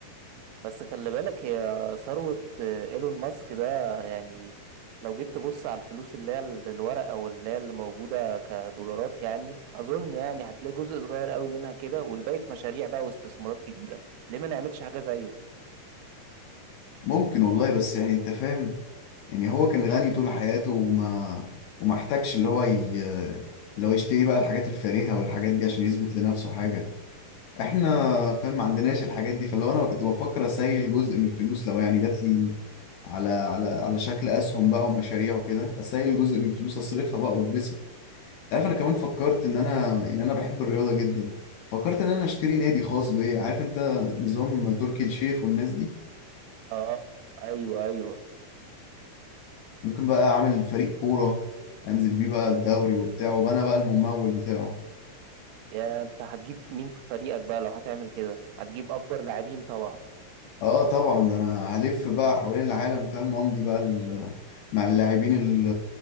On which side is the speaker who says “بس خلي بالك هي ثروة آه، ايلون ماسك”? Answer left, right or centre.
Right